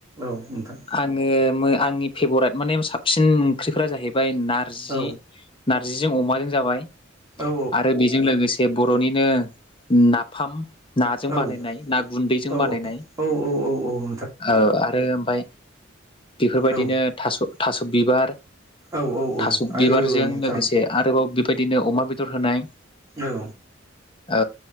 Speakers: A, on the right; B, on the left.
A: औ नोंथां।
B: आङो आंनि फेभरेट माने साबसिन ओंख्रिफोरा जाहैबाय नारजि
A: औ
B: नारजिजों अमाजों जाबाय
A: औ
B: आरो बेजों लोगोसे बर'निनो नाफाम नाजों
A: औ
B: बानायनाय
A: औ
B: ना गुन्दैजों
A: औ
B: बानायनाय
A: औ औ-औ-औ।
B: औ आरो ओमफ्राय बेफोरबायदिनो
A: औ
B: थास' थास' बिबार
A: औ औ
B: थास'
A: आयौ
B: बिबारजों
A: नोंथां
B: लोगोसे। आरोबाव बेबायदिनो अमा बेदर होनाय
A: औ।
B: औ